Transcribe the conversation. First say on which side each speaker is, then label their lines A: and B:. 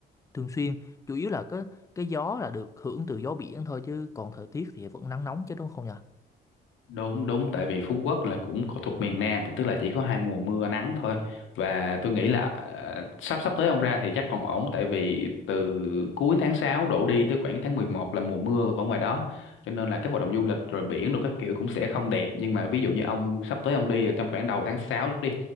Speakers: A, on the left (about 15°); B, on the left (about 80°).
A: thường xuyên. Chủ yếu là cái cái gió là được hưởng từ gió biển thôi chứ còn thời tiết thì vẫn nắng nóng chứ đúng không nhỉ?
B: Đúng đúng tại vì Phú Quốc là cũng có- thuộc miền Nam thì tức là chỉ có hai mùa mưa nắng thôi và tôi nghĩ là ờ, sắp sắp tới ông ra thì chắc còn ổn tại vì từ cuối tháng 6 đổ đi tới khoảng cái tháng 11 là mùa mưa ở ngoài đó cho nên là các hoạt động du lịch rồi biển rồi các kiểu cũng sẽ không đẹp nhưng mà ví dụ như ông sắp tới ông đi trong khoảng đầu tháng 6 đi